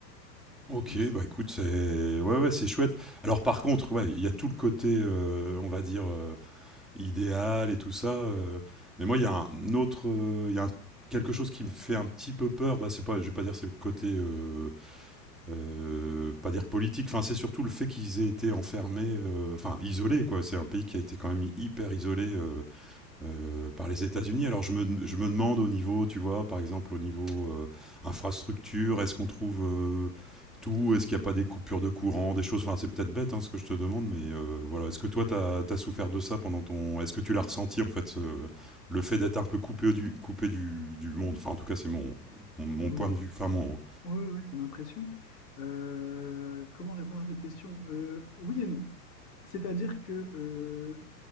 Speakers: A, in the centre; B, on the left (about 65°).
A: Ok,
B: Donc, c-
A: bah écoute, c'est ouais ouais c'est chouette. Alors par contre, ouais, il y a tout le côté, euh, on va dire. euh, idéal et tout ça. euh, mais moi, il y a un autre, euh, il y a un- quelque chose qui me fait un petit peu peur. Bah, c'est pas, je vais pas dire c'est le côté, euh, euh, pas dire politique. Enfin, c'est surtout le fait qu'ils aient été enfermés, euh, enfin isolés quoi. C'est un pays qui a été quand même hyper isolé. euh, euh, par les États-Unis. Alors je me, je me demande au niveau, tu vois, par exemple au niveau euh, infrastructure, est-ce qu'on trouve euh, tout Est-ce qu'il n'y a pas des coupures de courant, des choses Enfin, c'est peut-être bête hein, ce que je te demande, mais euh, voilà. Est-ce que toi, tu as, souffert de ça pendant ton. Est-ce que tu l'as ressenti, en fait, ce- le fait d'être un peu coupé du, coupé du, du monde Enfin, en tout cas, c'est mon, mon, mon
B: alors,
A: point de vue. Enfin, mon.
B: Ouais, ouais, ouais, ton impression. Euh, comment répondre à cette question? Euh, oui et non. C'est-à-dire que euh,